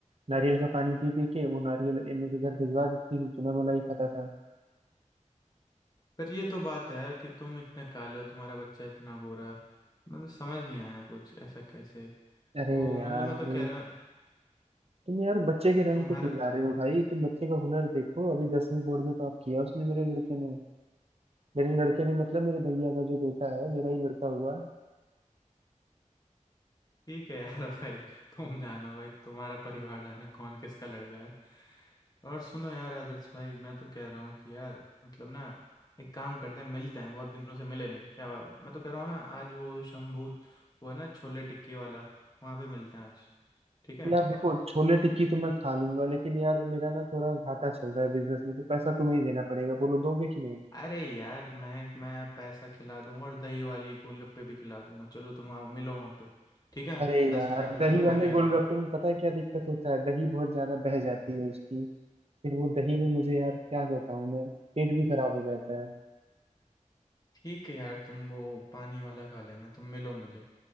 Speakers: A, on the right; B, on the left.
A: नारियल का पानी पी पी के वो नारियल ए, मेरे घर भिजवा देती थी तो मैं मलाई खाता था
B: पर ये तो बात है यार कि तुम इतने काले हो तुम्हारा बच्चा इतना गोरा है। मतलब समझ नहीं आया कुछ ऐसा कैसे
A: अरे
B: वो
A: यार
B: मतलब मैं तो कह रहा हूँ
A: तुम यार बच्चे के रंग
B: तुम्हारा
A: पे क्यों जा रहे हो भाई तुम बच्चे का हुनर देखो अभी दसवीं बोर्ड में टॉप किया उसने मेरे लड़के ने मेरे लड़के ने मतलब मेरे भैया का जो बेटा है मेरा ही लड़का हुआ है
B: ठीक है यार <laughs> भाई तुम जानो भाई तुम्हारा परिवार जाने कौन किसका लड़का है और सुनो यार आदर्श भाई मैं तो कह रहा हूँ कि यार मतलब ना एक काम करते हैं मिलते हैं बहुत दिनों से मिले नहीं क्या मैं तो कह रहा हूँ ना आज वो शंभू वो है ना छोले टिक्की वाला वहां पे मिलते हैं आज ठीक है
A: यार देखो छोले टिक्की तो मैं खा लूंगा लेकिन यार मेरा ना थोड़ा घाटा चल रहा है बिजनेस में तो पैसा तुम्हें ही देना पड़ेगा बोलो दोगे कि नहीं
B: अरे यार मैं मैं पैसा खिला दूंगा और दही वाली गोलगप्पे भी खिला दूंगा चलो तुम आओ मिलो वहां पे ठीक है
A: अरे
B: दस
A: यार
B: मिनट में
A: दही
B: मिलो
A: वाले
B: मैं भी
A: गोलगप्पे
B: आ रहा हूँ
A: में पता है क्या दिक्कत होता है दही बहुत ज्यादा बह जाती है उसकी फिर वो दही में मुझे यार क्या बताऊं मैं पेट भी खराब हो जाता है
B: ठीक है यार तुम वो पानी वाला खा लेना तुम मिलो मुझे